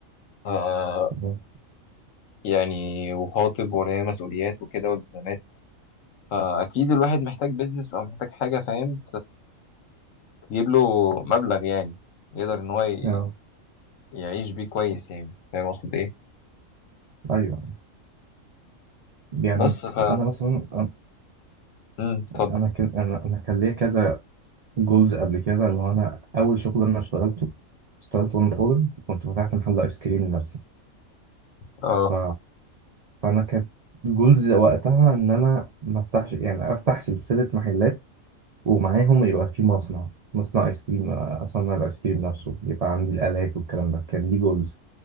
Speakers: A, on the left; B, on the right.
A: أه
B: مم.
A: يعني وخاطب ورايا مسؤوليات وكده والتزامات فأكيد الواحد محتاج بيزنس أو محتاج حاجة فاهم تجيب له مبلغ يعني يقدر إن هو ي-
B: اه
A: يعيش بيه كويس يعني فاهم أقصد إيه
B: ايوه يعني
A: بس ف
B: انا مثلا
A: مم، اتفضل
B: انا كان انا أنا كان ليا كذا جولز قبل كده اللي هو انا اول شغل انا اشتغلته اشتغلت وانا طالب كنت فتحت محل ايس كريم لنفسي
A: اه
B: ف... فانا كانت جولز وقتها ان انا ما افتحش يعني افتح سلسله محلات ومعاهم يبقى في مصنع مصنع ايس كريم اصنع الايس كريم نفسه يبقى عندي الالات والكلام ده كان دي جولز